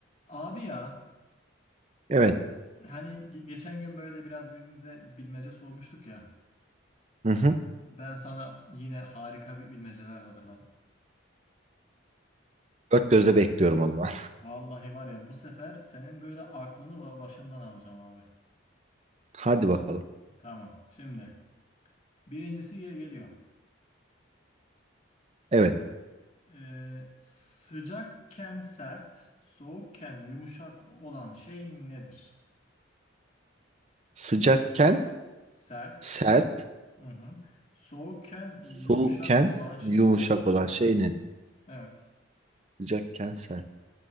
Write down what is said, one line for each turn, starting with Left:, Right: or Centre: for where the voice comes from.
Left: Abi ya
Right: Evet.
Left: hani ge- geçen gün böyle biraz birbirimize bilmece sormuştuk ya.
Right: Hı hı.
Left: Ben sana yine harika bir bilmeceler hazırladım.
Right: Dört gözle bekliyorum o zaman.
Left: Vallahi var ya bu sefer senin böyle aklını ba- başından alacağım abi.
Right: <laughs> Hadi bakalım.
Left: Tamam. Şimdi birincisi ge- geliyor.
Right: Evet.
Left: Ee, sıcakken sert, soğukken yumuşak olan şey nedir?
Right: Sıcakken
Left: Sert.
Right: sert,
Left: Hı hı. Soğukken yumuşak
Right: soğukken
Left: olan şey.
Right: yumuşak olan şey ne?
Left: Evet.
Right: Sıcakken sert.